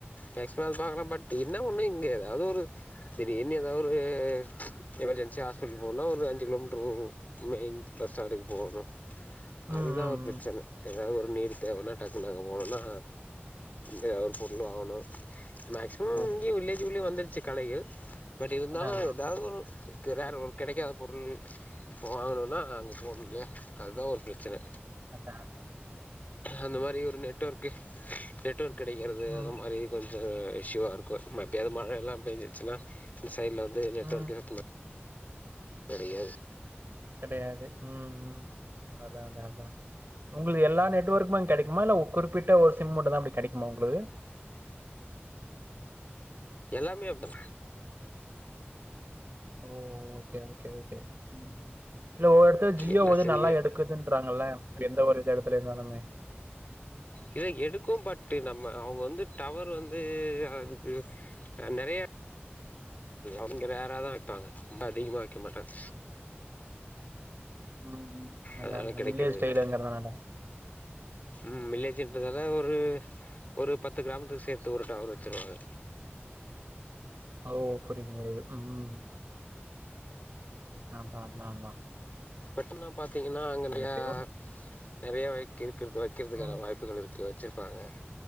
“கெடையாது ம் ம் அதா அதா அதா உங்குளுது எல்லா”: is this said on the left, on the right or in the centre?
Right